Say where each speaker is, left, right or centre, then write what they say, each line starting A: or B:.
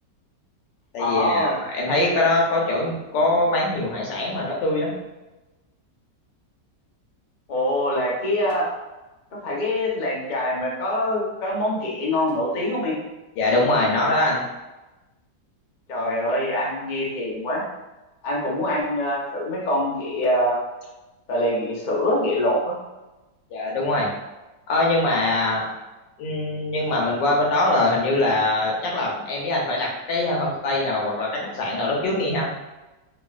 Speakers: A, on the left (about 80°); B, on the left (about 50°).
A: Tại
B: ờ
A: vì ờ, em thấy cái đó có chỗ có bán nhiều hải sản mà nó tươi lắm.
B: ồ là cái ờ, có phải cái làng chài mà có có món ghẹ ngon nổi tiếng không em
A: Dạ đúng rồi, nó đó anh.
B: trời ơi ăn nghe thèm quá anh cũng muốn ăn ờ, thử mấy con ghẹ ờ, gọi là ghẹ sữa ghẹ lột á
A: Dạ đúng rồi. Ờ nhưng mà ừm, nhưng mà mình qua bên đó rồi hình như là chắc là em với anh phải đặt cái ờ, homestay nào hoặc là cái khách sạn nào đó trước đi ha.